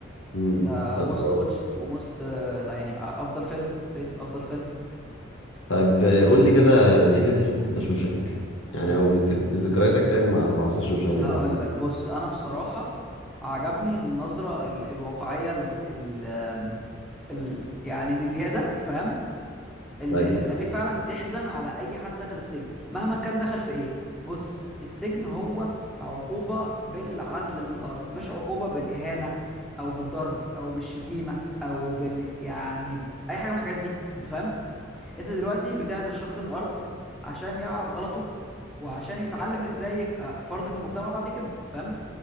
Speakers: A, on the left; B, in the centre.
A: امم
B: ده
A: ده
B: موست
A: جامد أوي.
B: واتشت وموست آه، لا يعني آه، افضل فيلم ريتد افضل فيلم
A: طيب آه، قول لي كده ايه اللي بتحبه في ذا شوشنك يعني او ت- ذكرياتك ايه مع مع ذا شوشنك
B: هقول
A: ده
B: لك بص انا بصراحه عجبني النظره ال الواقعيه ال ال آم، ال يعني بزياده فاهم ال-
A: ايوه
B: اللي تخليك فعلا تحزن على اي حد دخل السجن مهما كان دخل في ايه بص السجن هو عقوبه بالعزل من الارض مش عقوبه بالاهانه او بالضرب او بالشتيمه او بال يعني اي حاجه من الحاجات دي انت فاهم انت دلوقتي بتعزل شخص من الارض عشان يعرف غلطه وعشان يتعلم ازاي يبقى فرد في المجتمع بعد كده فاهم